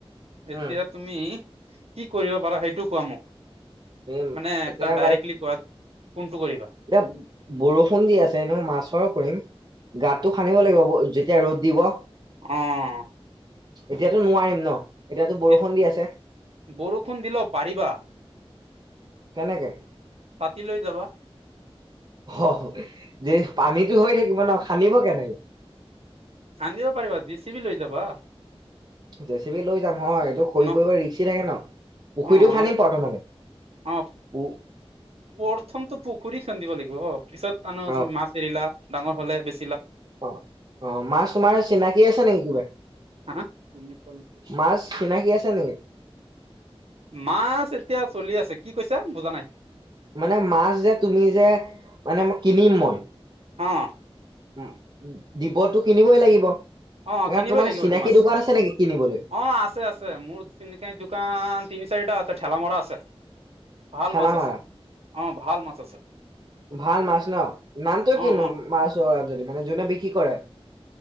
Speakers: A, on the right (about 75°); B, on the right (about 45°).
A: তেতিয়া
B: উম
A: তুমি। কি কৰিব পাৰা সেইটো কোৱা মোক
B: উম
A: মানে
B: এতিয়া
A: তাৰ ডাইৰেক্টলি কোৱা কোনটো কৰিবা?
B: দে বৰষুণ দি আছে ন মাছৰ কৰিম গাতটো খানিব লাগিব ব যে তিয়া ৰ'দ দিব।
A: উম।
B: এতিয়াতো নোৱাৰিম ন এতিয়াতো বৰষুণ
A: এই
B: দি আছে।
A: বৰষুণ দিলে পাৰিবা।
B: কেনেকে?
A: ছাতি লৈ যাবা।
B: অ' যেই পানীটো হৈ থাকিব ন খান্দিব কেনেকে?
A: খান্দিব পাৰিবা যে চি বি লৈ যাবা।
B: জেচিবি লৈ যাম হয়। এইটো খৰি
A: ন
B: পৰিব ৰিক্সি থাকে ন পুখুৰীটো
A: অ',
B: খান্দিম প্ৰথমতে।
A: অ'
B: ও
A: প্ৰথমটো পুখুৰী খান্দিব লাগিব। পিছত তান
B: অ
A: তুমি মাছ এৰিলা ডাঙৰ হ'লে বেচি
B: অ' অ' মাছ তোমাৰ চিনাকি আছে নেকি কিবা।
A: উম, হ'ম।
B: মাছ চিনাকী আছে নেকি?
A: মাছ এতিয়া চলি আছে, কি কৈছা বুজা নাই।
B: মানে মাছ যে তুমি যে মানে মই কিনিম মই।
A: অ'
B: অ' দিবটো কিনিবই লাগিব।
A: অ' অ'
B: কাৰণ
A: কিনিবই
B: তোমাৰ
A: লাগিব।
B: চিনাকি
A: এইটো মাছ
B: দোকান আছে নেকি কিনিবলৈ
A: অ' আছে, আছে মোৰ চিনিকায় দোকান তিনি চাৰিটা আছে, ঠেলা মৰা আছে। ভাল
B: ঠেলা
A: মাছ আছে,
B: মাৰা
A: অ' ভাল মাছ আছে।
B: ভাল মাছ ন নামটো
A: অ',
B: কিনো
A: অ',
B: মাছ অ' আহ যদি মানে যোনে বিক্ৰী কৰে।